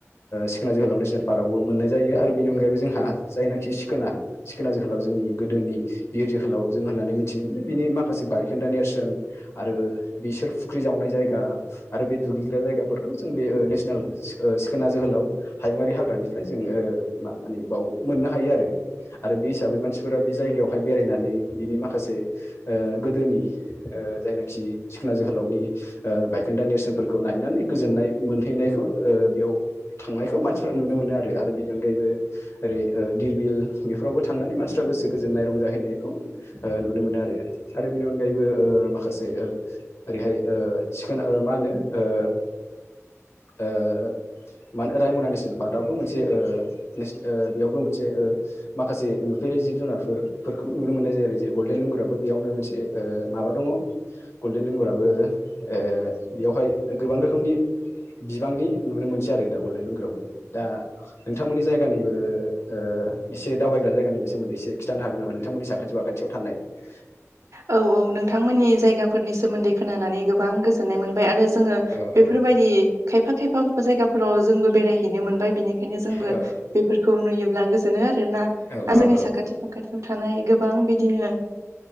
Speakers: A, on the left; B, on the right.
A: सिखना जोहोलाव नेसनेल पार्कआवबो मोननाय जायो आरो बेनि अनगायैबो जोंहा जायनाखि सिखोना सिखोना जोखोलाव जोंनि गोदोनि बियो जोहोलाव जों होननानै मिथिनो मोनो बिनि माखासे बायखोन्दा नेरसोन आरो बिसोर फुख्रि जावनाय जायगा आरो बे दुगैग्रा जायगाफोरखौ जों बे ओ नेसनेल ओ सि सिखोना जोहोलाव हायुङारि हाग्रानिफ्राय जों ओ म मानिे बाव मोननो हायो आरो। आरो बे हिसाबै मानसिफोरा बे जायगायावहाय बेरायनानै बिनि माखासे ओ गोदोनि ओ जायनाखि सिखना जोहोलावनि ओ बायखोन्दा नेरसोनफोरखौ नायनानै गोजोननाय मोनहैनायखौ ओ बेयाव थांनायखौ मानसिफ्रा नुनो मोनो आरो। आरो बेनि अनगायैबो ओरै ओ धीरबिल बेफोरावबो थांनानै मानसिफ्रा गोसो गोजोननाय रंजाहैनायखौ ओ नुनो मोनो आरो। आरो बेनि अनगायैबो ओ माखासे ओ ओरैहाय ओ सिखोन ओ मा होनो ओ ओ मान रायमना नेसनेल पार्कआवबो मोनसे ओ नेस ओ बेयावबो मोनसे ओ माखासे नुफेरै जिब जुनारफोर फोरफोरखौ नुनो मोननाय जायो आरो जेरै गल्डेन लुंगुराबो बेयावनो मोनसे ओ माबा दङ गल्डेन लेंगराबो ओ बेयावहाय गोबां रोखोमनि बिबांनि नुनो मोनसै आरो दा गल्डेन लुंगुरावबो। दा नोंथांमोननि जायगानि ओ ओ एसे दावबायग्रा जायगानिबो सोमोन्दै एसे खिन्थानो हागोन नामा नोंथांमोननि साखाथि बाखाथियाव थानाय। <unintelligible>
B: औ औ। नोंथांमोननि जायगाफोरनि सोमोन्दै खोनानानै गोबां गोजोननाय मोनबाय आरो जोङो
A: औ
B: बेफोरबायदि
A: औ
B: खायफा खायफा जायगाफोराव जोंबो बेरायहैनो मोनबाय बिनि यनो जोंबो
A: औ
B: बेफोरखौ नुयोब्ला गोजोनो आरोना।
A: औ
B: जोंनि
A: औ
B: साखाथि फाखाथि खाथियाव थानाय गोबां बिदिनो